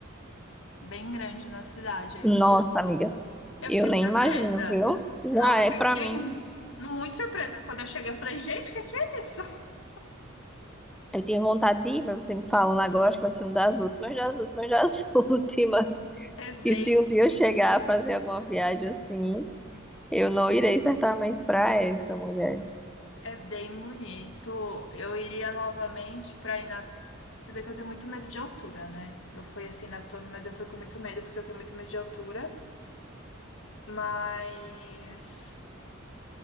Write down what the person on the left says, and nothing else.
bem grande na cidade. Aí
eu
Eu
fiquei
surpresa.
Não, eu
fiquei
mu- muito surpresa. Quando eu cheguei, eu falei, gente, o que que é isso? <laughs>
É bem
bonito.
É bem bonito. Eu iria novamente pra ir na. Se bem que eu tenho muito medo de altura, né? Eu fui assim na torre, mas eu fui com muito medo porque eu tenho muito medo de altura. Mas